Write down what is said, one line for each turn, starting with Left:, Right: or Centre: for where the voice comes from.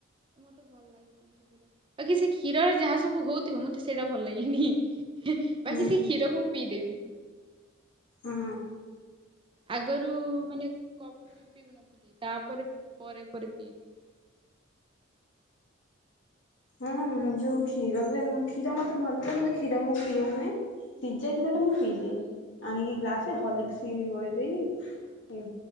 Right: ମତେ ଭଲ ଲାଗେ କ ବାକି ସେ କ୍ଷୀରରେ ଯାହା ସବୁ ହୋଉଥିବ ମତେ ସେରା ଭଲ ଲାଗେନି ହି।
Left: ହୁଁ
Right: ବାକି ସେ କ୍ଷୀରକୁ ମୁଁ ପିଇଦେବି।
Left: ହୁଁ।
Right: ଆଗରୁ ମାନେ କଫି ବି ପିଉନଥିଲ ତାପରେ ପରେ ପରେ ପିଇଲି।
Left: ହଁ ମତେ ଯୋଉ କ୍ଷୀରରେ କ୍ଷୀର ମତେ ଭଲ ଲାଗେ ହେଲେ କ୍ଷୀର ମୁଁ ପିଉନି। ସିଜା କ୍ଷୀରଟା ମୁଁ ପିଇଦିଏ ଆଣିକି ଗ୍ଲାସରେ ହଲିକ୍ସି ଗୋଳେଇ ଦେଇକି। ଏ